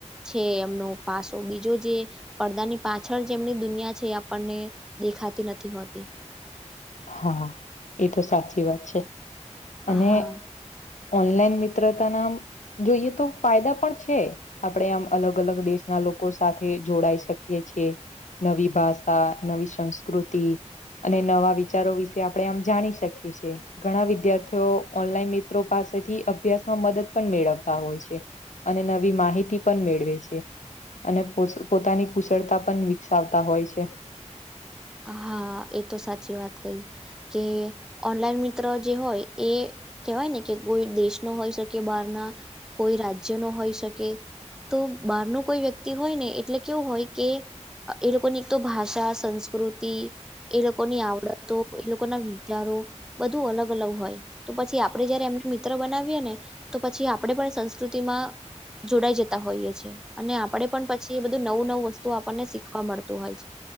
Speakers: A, in the centre; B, on the left.
A: છે એમનો પાસો બીજો જે પડદાની પાછળ જે એમની દુનિયા છે એ આપણને દેખાતી નથી હોતી.
B: હા એ તો સાચી વાત છે
A: હા
B: અને. ઓનલાઈન મિત્રતા ના આમ જોઈએ તો ફાયદા પણ છે આપણે આમ અલગ અલગ દેશના લોકો સાથે જોડાઈ શકીએ છીએ નવી ભાષા નવી સંસ્કૃતિ અને નવા વિચારો વિશે આપડે જાણી શકી છી ઘણા વિદ્યાર્થીઓ ઓનલાઈન મિત્રો પાસેથી અભ્યાસ મદદ પણ મેળવતા હોય છે અને નવી માહિતી પણ મેળવે છે અને પોતાની કુશળતા પણ વિકસાવતા હોય છે
A: હા એ તો સાચી વાત કઈ કે ઓનલાઈન મિત્ર જે હોય એ કેવાય ને કે કોઈ દેશ નો હોઈ શકે બહાર ના કોઈ રાજ્ય નો હોઈ શકે તો બહાર નો કોઈ વ્યક્તિ હોય ને એટલે કેવું હોય કે એ લોકોની એક તો ભાષા સંસ્કૃતિ એ લોકોની આવડતો એ લોકો ના વિચારો બધું અલગ અલગ હોય. તો પછી આપડે જયારે એમને મિત્ર બનાવીએ ને. તો પછી આપણે પણ સંસ્કૃતિમાં જોડાઈ જતા હોઈએ છે અને આપડે પણ પછી એ. નવું નવું વસ્તુ આપણને શીખવા મળતું હોય છે.